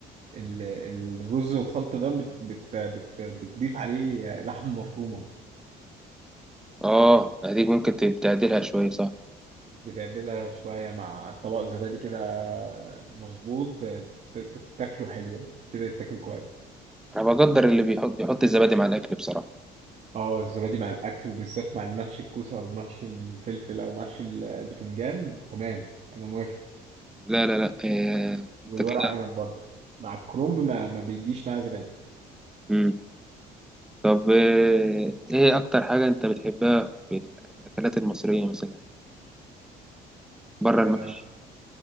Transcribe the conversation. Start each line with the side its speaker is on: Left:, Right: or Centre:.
Right: ال- الرز الخلط ده بت بت بت بتضيف عليه آه، لحمه مفرومه
Centre: اه هديك ممكن تب- تعدلها شوية صح
Right: بتعدلها شوية مع طبق زبادي كده مظبوط ت- ت- تاكله حلو يعني. كده يتاكل كويس
Centre: انا بقدر اللي بيحط يحط الزبادي مع الاكل بصراحة
Right: اه الزبادي مع الأكل وبالذات مع المحشي الكوسة أو محشي الفلفل أو محشي البتنجان تمام أنا موافق
Centre: لا لا لا إيه... انت
Right: والورق
Centre: كده
Right: عنب برضه مع الكرنب ما, ما بيجيش مع زبادي
Centre: مم. طب إيه... ايه اكتر حاجة انت بتحبها في الاكلات المصرية مثلا بره
Right: أه
Centre: المحشي